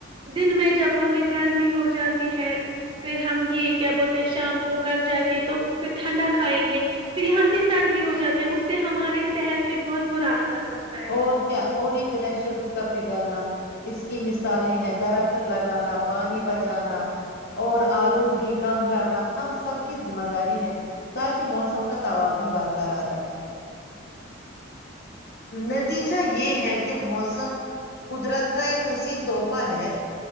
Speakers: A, on the right (about 25°); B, on the left (about 55°).
A: دن میں جب ہمیں گرمی ہو جاتی ہے پھر ہم یہ کیا بولتے ہیں شام کو گھر جا کے تو پھر ٹھنڈا کھائیں گے پھر یہاں سے سردی ہو جاتی ہے اس سے ہمارے صحت پہ بہت برا اثر پڑتا ہے
B: اور کیا اور یہ گلیشئر اس کا پ گالنا اس کی مثالیں ہیں درخت لگانا پانی بچانا اور آلودگی کم کرنا ہم سب کی ذمہ داری ہے تاکہ موسم کا توازن برقرار رہے نتیجہ یہ ہے کہ موسم قدرت کا ایک حسین تحفہ ہے